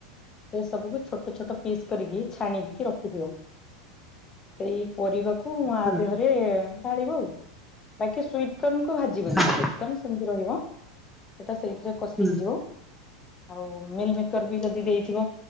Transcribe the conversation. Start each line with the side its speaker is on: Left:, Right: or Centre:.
Left: ସେ ସବୁକୁୁ ଛୋଟ ଛୋଟ ପିସ୍ କରିକି ଛାଣିିକି ରଖ ଥିବ ସେଇ ପରିବାକୁ ମୁଁ ଆ
Centre: ହୁଁ
Left: ଦେହରେ ପାଳିବୁ ଆଉ ବାକି ସୁଟ୍ କନକୁ ଭାଜିବନି
Centre: ହଁ
Left: ସୁଇଟକର୍ଣ୍ଣ ସେମିତି ରହିବ ସେଇଟା ସେଇଥିରେ କଷି
Centre: ହୁଁ
Left: ହେଇଯିବ। ଆଉ ମିଲ୍ ମେକର ବି ଯଦି ଦେଇଥିବ